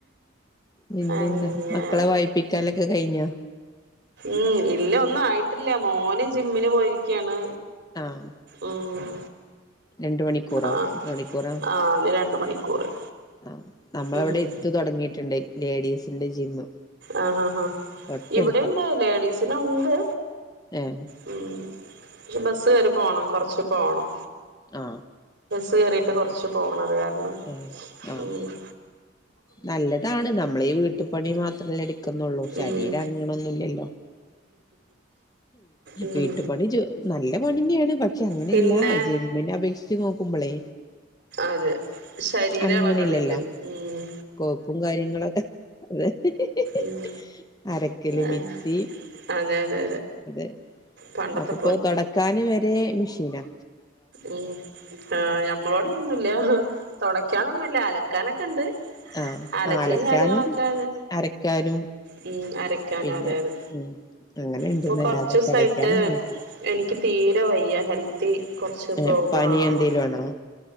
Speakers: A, on the left (about 20°); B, on the right (about 60°).
A: പിന്നെന്താ
B: അങ്ങനെ
A: മക്കളെ വായിപ്പിക്കാലൊക്കെ കഴിഞ്ഞോ
B: ഉം ഇല്ല ഒന്നും ആയിട് ഇല്ല മോന് ജിമ്മിന് പോയിരിക്കയാണ്
A: ആഹ്
B: ഉം
A: രണ്ട് മണിക്കൂറോ
B: ആഹ്
A: എത്ര മണിക്കൂറാ
B: ആഹ് അവന് രണ്ട് മണിക്കൂറ്
A: ആ നമ്മളവിടെ
B: ഉം
A: എടുത്തു തൊടങ്ങീട്ടുണ്ട് ലേഡീസ് എൻ്റെ ജിമ്മ്
B: ആ ഹാഹാ
A: തൊട്ടടുത്താ
B: ഇവിടെ എന്താ ലേഡീസി ഉ ണ്ട്
A: ഏഹ്
B: ഉം <unintelligible> ബസ് കേറി പോണം കൊറച്ച് പോണം
A: ആ
B: ബസ് കേറിട്ട് കൊറച്ച് പോണ അത് കാര അണ്ണോ മ്മ്
A: ഏഹ് ആഹ് നല്ലതാണ് നമ്മളീ വീട്ടു പണി മാത്രല്ല എട ക്കുന്നുള്ളൂ ശരീരനങ്ങണൊന്നുല്ലല്ലോ
B: ഉം ഉം
A: വീട്ടു പണി ജോ നല്ല പണിന്നെയ <unintelligible> പക്ഷെ അങ്ങനെയല്ല
B: പിന്നെ
A: <unintelligible> അപേക്ഷിച്ച് നോ കുമ്പളെ
B: അതെ ശരീരം
A: അനങ്ങണില്ലല്ലോ
B: എളകണില്ലേ മ്മ്.
A: കോപ്പും കാര്യങ്ങളൊക്കെ <unintelligible>
B: ഉം
A: അരക്കല്
B: ഏഹ്
A: മിക്സി
B: അതെ അതെ
A: അതെ.
B: പണ്ടത്തെ
A: അപ്പപ്പോ തൊടക്കാന് വരെ മിഷീനാ
B: മ്മ് ആ ഞമ്മളോട് ല്ല തൊടക്കാനൊന്നുല്ല അലക്കാനക്കെ ഇണ്ട്.
A: ആഹ്
B: അലക്കും
A: അലക്കാനും
B: കാര്യങ്ങളൊക്കെ
A: അരക്കാനും
B: മ്മ് അരക്കാന
A: പിന്നെ
B: അതെതെ
A: ഉം അങ്ങനെ ഇണ്ട്ന്നല്ലാതെ
B: ഇപ്പോ കൊറച്ചുസായിട്ട്
A: തൊടക്കാനും ഉപയോഗിക്കില്ല
B: എനിക്ക് തീരെ വയ്യ ഹെൽത്തി കൊറച്ച്
A: ഏഹ്
B: പ്രോബ്ലാണ്
A: പനി എന്തേലും ആണോ?